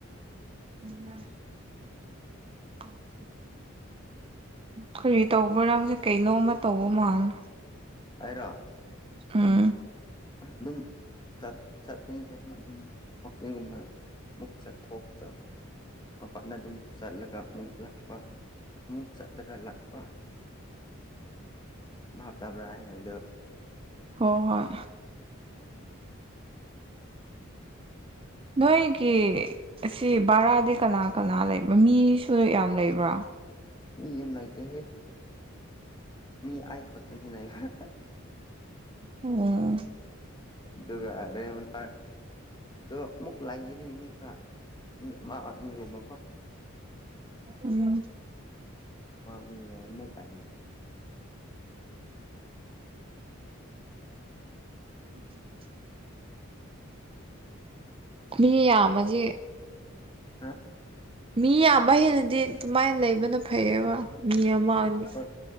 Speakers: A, on the right; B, on the left.
A: <unintelligible> ꯀꯔꯤ ꯇꯧꯕ꯭ꯔ ꯅꯪꯁꯦ ꯀꯩꯅꯣꯝꯃ ꯇꯧꯕ ꯃꯥꯂꯦ
B: ꯑꯩꯔꯣ
A: ꯎꯝ
B: ꯑꯥ ꯑꯗꯨꯝ <unintelligible> ꯃꯄꯥꯟꯗ ꯑꯗꯨꯝ ꯆꯠꯂꯒ ꯑꯃꯨꯛ ꯂꯥꯛꯄ ꯑꯃꯨꯛ ꯆꯠꯂꯒ ꯂꯥꯛꯄ ꯚꯥꯞ ꯇꯥꯕ꯭ꯔꯥ ꯑꯩ ꯍꯥꯢꯗꯣ
A: ꯍꯣ ꯍꯣꯢ ꯅꯣꯢꯒꯤ ꯑꯁꯤ ꯕꯔꯥꯗꯤ ꯀꯅꯥ ꯀꯅꯥ ꯂꯩꯕ ꯃꯤꯁꯨ ꯌꯥꯝ ꯂꯩꯕ꯭ꯔꯥ
B: ꯃꯤ ꯌꯥꯝ ꯂꯩꯇꯦꯍꯦ ꯃꯤ ꯑꯩꯈꯛꯇꯌꯤ ꯂꯩꯕ ꯍ ꯍ
A: ꯎꯝ
B: <unintelligible> ꯑꯗꯣ ꯑꯃꯨꯛ ꯂꯩꯒꯅꯤ ꯃꯤ ꯈꯔ ꯃꯤ ꯑꯃ ꯑꯅꯤꯒꯨꯝꯕꯀꯣ
A: ꯎꯝ
B: <unintelligible>
A: <inaudible> ꯃꯤ ꯌꯥꯝꯃꯖꯤ
B: ꯍꯥ
A: ꯃꯤ ꯌꯥꯝꯕ ꯍꯦꯟꯅꯗꯤ ꯑꯗꯨꯃꯥꯢꯅ ꯂꯩꯕꯅ ꯐꯩꯌꯦꯕ ꯃꯤ ꯑꯃ ꯑꯅꯤ
B: ꯍꯣꯢ